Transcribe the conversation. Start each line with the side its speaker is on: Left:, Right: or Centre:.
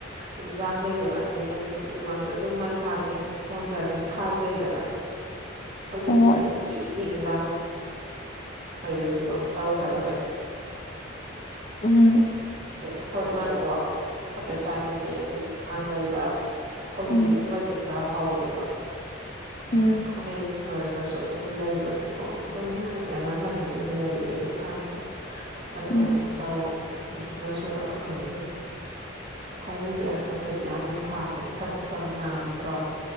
Right: ꯌꯦꯟꯖꯥꯡ ꯂꯩꯕꯒꯁꯦ ꯌꯨꯝ ꯈꯨꯗꯤꯡꯃꯛꯇ ꯑꯗꯨꯝ ꯥꯒꯤ ꯈꯣꯟꯗ ꯑꯗꯨꯝ ꯊꯥꯖꯩꯗꯅ ꯍꯧꯖꯤꯛꯇꯤ
Left: ꯍꯣꯏ
Right: ꯅꯨꯡꯇꯤꯒꯤ ꯏꯟꯁꯥꯡ ꯃꯩꯕꯦ ꯐꯤꯕꯝ ꯇꯧ ꯍꯥꯏꯕ ꯖꯥ
Left: ꯎꯝ
Right: ꯑꯦ ꯍꯣꯏ ꯃꯔꯨꯀꯣ ꯑꯗꯥ ꯆꯥꯅꯤꯡꯉꯦ ꯑꯗꯨꯝ ꯏꯟꯁꯥꯡ ꯂꯩꯕ ꯁꯧꯒꯤꯒꯨꯝꯕꯗꯤ
Left: ꯎꯝ
Right: ꯈꯔ ꯍꯧꯋꯦꯕ
Left: ꯎꯝ
Right: ꯑꯗꯨ ꯈꯥꯃꯦꯟ ꯑꯁꯤꯟ ꯑꯣꯏ ꯁꯨ ꯑꯗꯨꯝ ꯂꯩꯕꯒꯤꯦꯀꯣ ꯑꯗꯨꯝ ꯍꯥꯏꯗꯤ ꯑꯅꯝꯕꯅ ꯑꯗꯨꯝ ꯂꯩꯔꯦ ꯌꯦꯟꯁꯥꯡꯁꯦ ꯑꯗꯨꯃꯥꯏꯅ
Left: ꯎꯝ
Right: ꯇꯧꯋꯦ ꯑꯗꯨꯅ ꯁꯨꯔ ꯈꯪꯗꯦ ꯊꯥꯏꯅꯒꯤ ꯑꯍꯟ ꯃꯈꯩꯗꯤ ꯌꯥꯝ ꯃꯁꯥꯁꯦ ꯐꯠꯇ꯭ꯔꯣ ꯅꯥꯟꯗ꯭ꯔꯣ